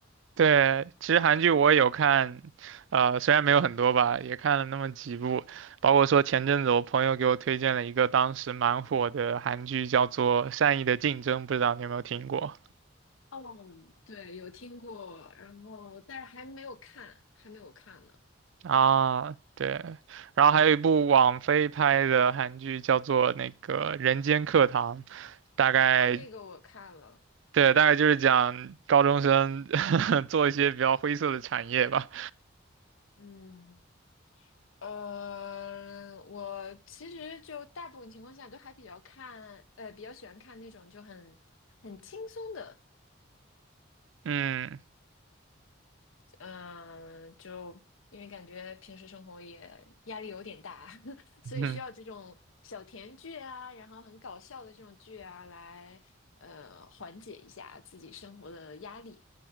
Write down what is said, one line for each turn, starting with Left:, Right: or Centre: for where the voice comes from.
Right: 对，其实韩剧我也有看，呃，虽然没有很多吧，也看了那么几部，包括说前阵子我朋友给我推荐了一个当时蛮火的韩剧，叫做《善意的竞争》，不知道你有没有听过
Left: 哦，对，有听过，然后但是还没有看，还没有看呢。
Right: 啊？对，然后还有一部网飞拍的韩剧叫做那个《人间课堂》，
Left: 对对，
Right: 大概
Left: 哦，那个我看了，
Right: 对，大概就是讲高中生 <laughs> 做一些比较灰色的产业吧，
Left: 嗯，呃，我其实就大部分情况下都还比较看，呃，比较喜欢看那种就很很轻松的，
Right: 嗯
Left: 嗯、就因为感觉平时生活也压力有点大，<laughs>
Right: <laughs>。
Left: 所以需要这种小甜剧啊，然后很搞笑的这种剧啊来。呃，缓解一下自己生活的压力。